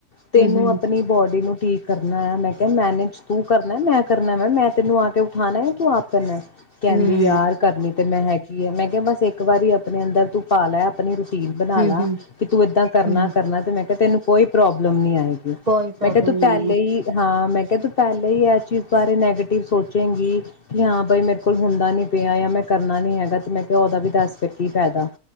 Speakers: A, on the left; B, on the right.
A: ਤੇਨੂੰ
B: ਹਮ ਹਮ
A: ਆਪਣੀ ਬੋਡੀ ਨੂੰ ਕੀ ਕਰਨਾ ਏ? ਮੈਂ ਕਿਹਾ ਮੈਨੇਜ ਤੂੰ ਕਰਨਾ ਏ, ਮੈਂ ਕਰਨਾ ਏ? ਮੈ ਮੈਂ ਤੈਨੂੰ ਆ ਕੇ ਉਠਾਣਾ ਹੈ, ਤੂੰ ਆਪ ਕਰਨਾ ਏ? ਕਹਿੰਦੀ
B: ਹਮ
A: ਯਾਰ ਕਰਨੀ ਤੇ ਮੈਂ ਹੈਗੀ ਏ, ਮੈਂ ਕਿਹਾ ਬਸ ਇੱਕ ਵਾਰੀ ਆਪਣੇ ਅੰਦਰ ਤੂੰ ਪਾ ਲੈ ਆਪਣੀ ਰੂਟੀਨ ਬਣਾ
B: ਹਮ
A: ਲਾ,
B: ਹਮ
A: ਕਿ ਤੂੰ ਏਦਾਂ ਕਰਨਾ-ਕਰਨਾ
B: ਹਮ
A: ਤੇ ਮੈਂ ਕਿਹਾ, ਤੈਨੂੰ ਕੋਈ ਪ੍ਰੋਬਲਮ ਨਹੀਂ ਆਈ?
B: ਕੋਈ ਪ੍ਰੋਬਲਮ
A: ਮੈਂ ਕਿਹਾ ਤੂੰ
B: ਨੀ
A: ਪੇਹਿਲੇ
B: ਹੋਏਗੀ
A: ਹੀ ਹਾਂ, ਮੈਂ <unintelligible> ਪਹਿਲੇ ਹੀ ਇਹ ਚੀਜ਼ ਬਾਰੇ ਨੈਗੀ ਸੋਚੇਗੀ ਕਿ ਹਾਂ ਬਾਈ ਮੇਰੇ ਕੋਲ ਹੁੰਦਾ ਨੀ ਪਿਆ ਜਾਂ ਮੈਂ ਕਰਨਾ ਨੀ ਹੈਗਾ। ਤੇ ਮੈਂ ਕਿਹਾ ਉਹਦਾ ਵੀ ਦੱਸ ਸਕੀ ਫਾਇਦਾ।